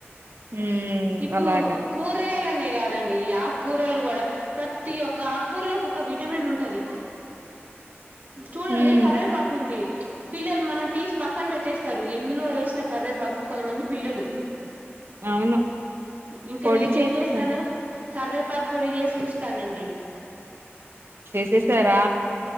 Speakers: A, on the right; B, on the right.
A: ఉమ్
B: ఇప్పుడు
A: అలాగా
B: కూరగాయలం కాదండి ఆకుకూరలు కూడా ప్రతి ఒక్క ఆకుకూరలో ఒకొక్క విటమిన్ ఉంటది చూడండి
A: ఉమ్
B: కరివేపాకు ఉంది పిల్లలు మనం తీసి పక్కన పెట్టేస్తారు ఎందులో వేసిన కరివేపాకు కొంతమంది పిల్లలు
A: అవును
B: ఇంకా
A: పొడి
B: నేనే
A: చేసేసాను
B: ఏం చేస్తాను కర్వేపాక్ పొడిజేస్ ఉంచుతానండి
A: చేసేసారా